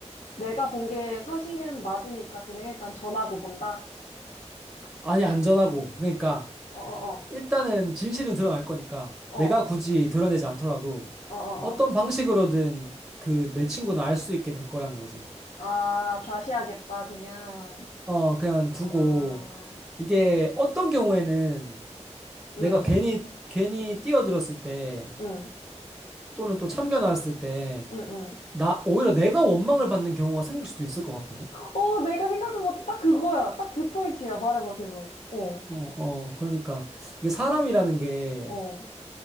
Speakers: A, on the left; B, in the centre.
A: 내가 본 게 사실은 맞으니까 그냥 일단 전하고 본다.
B: 아니, 안전하고. 그러니까
A: 어, 어,
B: 일단은 진실은 드러날 거니까
A: 어,
B: 내가
A: 어,
B: 굳이 드러내지 않더라도
A: 어, 어,
B: 어떤
A: 어.
B: 방식으로든 그 내 친구는 알 수 있게 될 거라는 거지.
A: 아, 좌시하겠다 그냥.
B: 어, 그냥 두고,
A: 아,
B: 이게 어떤 경우에는 내가
A: 응,
B: 괜히, 괜히 뛰어들었을 때,
A: 응,
B: 또는 또 참겨 나왔을 때,
A: 응, 응.
B: 나, 오히려 내가 원망을 받는 경우가 생길 수도 있을 것 같거든?
A: 어, 내가 생각한 것도 딱 그거야. 딱 그 포인트야. 말해봐 계속. 어,
B: 어, 어, 그러니까, 이게 사람이라는 게,
A: 어,